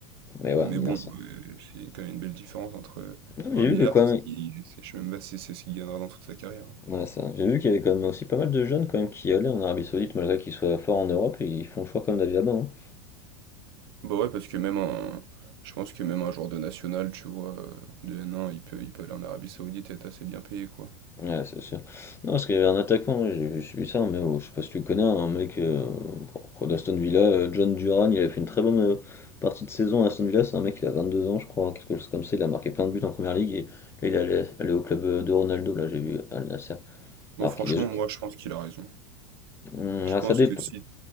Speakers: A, on the left; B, on the right.
A: Mais ouais,
B: Mais
A: un milliard,
B: bon,
A: ça.
B: euh, c'est quand même une belle différence entre. euh,
A: Non, mais
B: bah,
A: j'ai
B: un milliard,
A: vu que quand
B: c'est
A: même,
B: ce qui. c'est- Je sais même pas si c'est ce qu'il gagnera dans toute sa carrière. hein.
A: ouais, ça. J'ai vu qu'il y avait quand même aussi pas mal de jeunes quand même qui allaient en Arabie Saoudite, malgré qu'ils soient forts en Europe, et ils font le choix quand même d'aller là-bas. hein.
B: Bah, ouais, parce que même un je pense que même un joueur de national, tu vois, heu, de N1, il peut il peut aller en Arabie Saoudite et être assez bien payé, quoi.
A: Ouais, c'est sûr. Non, parce qu'il y avait un attaquant, ouais, j'ai j'ai suivi ça, mais oh, je sais pas si tu connais hein, un mec euh, bon, d'Aston Villa, euh, John Duran, il a fait une très bonne euh, partie de saison à Aston Villa, c'est un mec qui a 22 ans, je crois, quelque chose comme ça, il a marqué plein de buts en première ligue, et là, il allait, allait au club euh, de Ronaldo, là, j'ai vu Al Nasser.
B: Bon,
A: Alors
B: franchement,
A: qu'il est jeune.
B: moi, je pense qu'il a raison.
A: Hum,
B: Je
A: ah,
B: pense
A: ça dépend.
B: que si